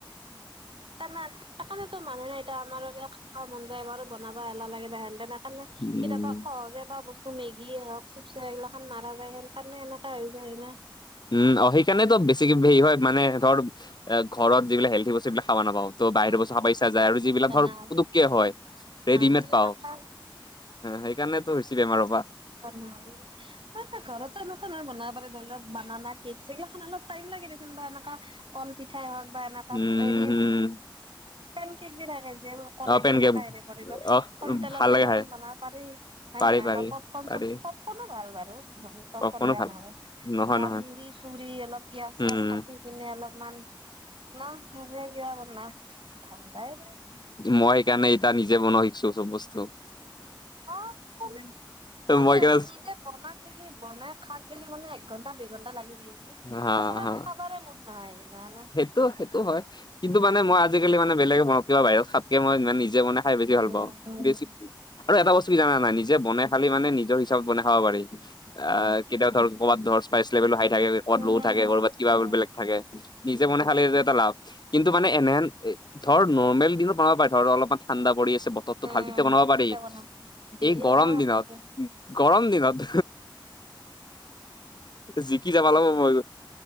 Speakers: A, on the right; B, on the left.
A: তানা সেইকাৰণেত মানুহে এতিয়া আমাৰো মন যায়াৰ বনাবা এলাহ লাগে বা হেনেতেন সেইকাৰণে। কেতিয়াবা।
B: উম
A: সহজে প বস্তু মেগিয় হওঁক চিপচ হে এইগিলান মাৰ যেন সেন কাৰণে এনেকা হৈ যায় হয়নে।
B: উম, সেইকাৰণে তো বেছি হেৰি হয়, মানে ধৰ ঘৰত যিবিলাক হেল্থি বস্তু এইবিলাক খাব নাপাওঁ। ত বাহিৰ
A: উম
B: বস্ত চা খায় পাইচা যায় আৰু যিবিলাক
A: তেনেহলে
B: ধৰ পুতুককে হয় ৰেডিমেড
A: সেইগিলাখান
B: পাওঁ।
A: খাই
B: সেইকাৰণেতো হৈছে বেমাৰৰ পৰা
A: <unintelligible> এই ঘৰতো এনেকুৱা বনাব পাৰে, ধৰিলক বানা নাই কেক চেক এইখন অলপ টাইম লাগেদেচোন বা এনেকা। কন পিঠাই হওঁক বা এনো
B: উম,
A: হেৰি
B: হম,
A: পেন কেক দি থাকে যে। কলেদি
B: অ', পেন
A: এনেকা
B: কেক
A: হেৰি কৰিবা
B: অ',
A: কম তেলতো
B: ভাল লাগে
A: এইগিলা
B: খাই
A: খন বনাব পাৰি। হয়ে
B: পাৰি
A: না নাই
B: পাৰি
A: বা পপকন
B: পাৰি
A: চ'ব পপকনো ভাল বাৰু পপকৰ্ন
B: অকণো
A: বেয়া
B: ভাল
A: নহয়।
B: নহয়
A: বা
B: নহয়
A: মুড়ি চুৰি অলপ পিয়াজ চিয়াজ
B: উম,
A: কাটি। সিপিনে অলপমান না হেইভোৰ কিবা ধাণ্ডাই নাই।
B: মই সেইকাৰণে এইটা নিজে বনোৱা শিকিছোঁ চ'ব বস্তু।
A: <unintelligible> নিজে
B: মই সেইকাৰণে
A: বনাক গেলি বনাই খাক গেলি মানে এক ঘন্টা দুই ঘন্টা লাগি যায়েযি তাৰ
B: হা
A: পিছত
B: হা
A: আৰু খাবাৰে মন নাই নে না না।
B: সেইটো, সেইটো হয়। কিন্তু, মানে মই আজিকালি মানে বেলেগে বনওঁ কিবা বাহিৰত খাপকে মই মানে নিজে বনাই খাই বেছি
A: উম
B: ভাল পাওঁ।
A: উম
B: বেছিক আৰু এটা বস্তু জানা নাই নিজে বনাই খালি মানে নিজৰ হিচাপত বনাই খাব পাৰি আহ কেতিয়াওঁ ধৰক। ক'ৰবাত ধৰ স্পাইচ লেভেল হাই থাকে,
A: উম
B: ক'ৰাত লো' থাকে, ক'ৰবাত কিবা
A: উম
B: বেলেগ থাকে নিজে বনাই খালে এটা লাভ। কিন্তু মানে এনেহে এ ধৰ নৰ্মেল দিনো বনাব পাৰে ধৰ অলপমান ঠাণ্ডা পৰি আছে বৰ তৰটো
A: উম
B: ভাল তেতিয়া বনাব পাৰি।
A: কেতিয়া বনাও ডেইলি
B: এই গৰম
A: বনাও আচলতে।
B: দিনত, গৰম দিনত। জিকি যাবা লাগব মই।